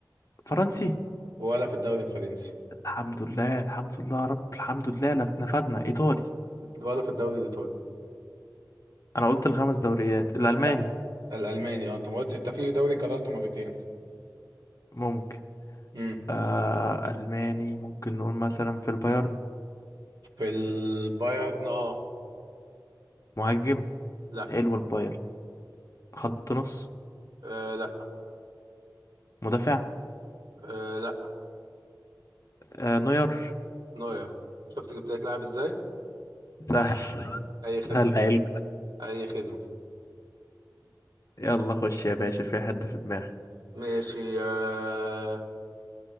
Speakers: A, on the left (about 45°); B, on the right (about 80°).
A: فرنسي
B: ولا في الدوري الفرنسي
A: الحمد لله الحمد لله يا رب الحمد لله لف- نفدنا ايطالي
B: ولا في الدوري الايطالي
A: انا قلت الخمس دوريات الالماني
B: لا الالماني اه انت ما قلتش انت في دوري قررته مرتين
A: ممكن
B: امم
A: آه... الماني ممكن نقول مثلا في البايرن
B: في البايرن اه
A: مهاجم
B: لا
A: حلو البايرن خط نص
B: آه لا
A: مدافع
B: آه لا
A: آه... نوير
B: نوير شفت جبت لك لاعب ازاي
A: سهل
B: اي
A: <laughs>
B: خدمه
A: سهل حلو
B: اي خدمه
A: يلا خش يا باشا في حد في دماغي
B: ماشي آه